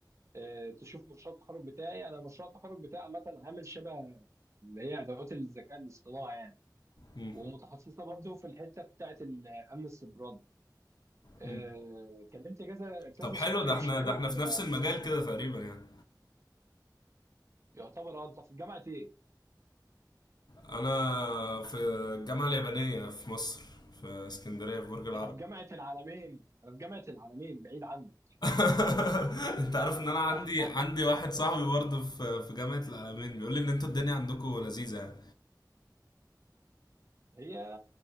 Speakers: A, on the right (about 40°); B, on the left (about 70°).
A: آه، تشوف مشروع التخرج بتاعي انا مشروع التخرج بتاعي عامه عامل شبه اللي هي ادوات الذكاء الاصطناعي يعني
B: مم.
A: ومتخصصه برضه في الحته بتاعه الامن السيبراني آه،
B: مم.
A: كلمت كذا كذا
B: طب حلو
A: شركه
B: ده
A: يشتروا
B: احنا ده احنا
A: ال-
B: في نفس المجال كده تقريبا يعني
A: يعتبر اه انت في جامعه ايه؟
B: انا في الجامعه اليابانيه في مصر في اسكندريه في برج
A: ده
B: العرب
A: انا في جامعه العالمين انا في جامعه العالمين بعيد عنك
B: <laughs> انت عارف ان
A: <laughs>
B: انا عندي عندي واحد صاحبي برضه في في جامعه العالمين بيقول لي ان انتوا الدنيا عندكم لذيذه يعني.
A: هي